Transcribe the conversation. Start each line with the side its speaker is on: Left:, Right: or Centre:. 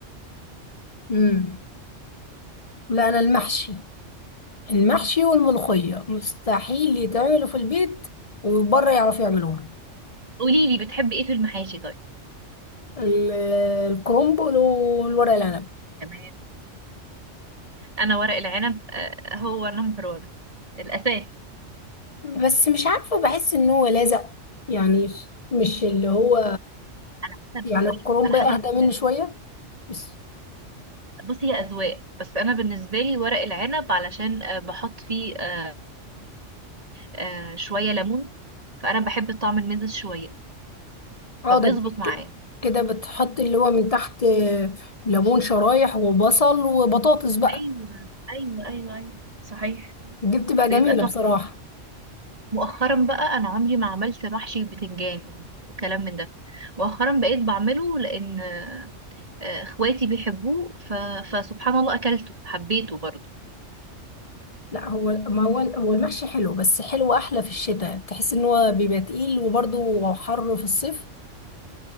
Left: امم لا انا المحشي المحشي والملوخية مستحيل يتعملوا في البيت وبره يعرفوا يعملوها
Right: قولي لي بتحبي ايه في المحاشي طيب
Left: ال- الكرنب والورق العنب
Right: تمام انا ورق العنب آه، هو نمبر 1 الاساس
Left: بس مش عارفة بحس ان هو لازق يعني مش اللي هو
Right: احنا بالطريقه
Left: يعني الكرنب
Right: على حسب
Left: اهدى
Right: <laughs>
Left: منه شوية بس
Right: بصي هي اذواق بس انا بالنسبه لي ورق العنب علشان آه، بحط فيه آه، آه، شويه ليمون فانا بحب طعم المزز شويه
Left: اقعد
Right: فبيظبط
Left: أمسك
Right: معايا
Left: كده بتحط اللي هو من تحت ليمون شرايح وبصل وبطاطس بقى
Right: ايوه ايوه ايوه ايوه صحيح
Left: دي بتبقى
Right: بيبقى
Left: جميلة
Right: تحفه
Left: بصراحة
Right: مؤخرا بقى انا عمري ما عملت محشي بتنجان وكلام من ده مؤخرا بقيت بعمله لان آه، آه، اخواتي بيحبوه ف... فسبحان الله اكلته حبيته برضه
Left: لا هو ما هو هو المحشي حلو بس حلو احلى في الشتاء تحس ان هو بيبقى تقيل وبرضه حر في الصيف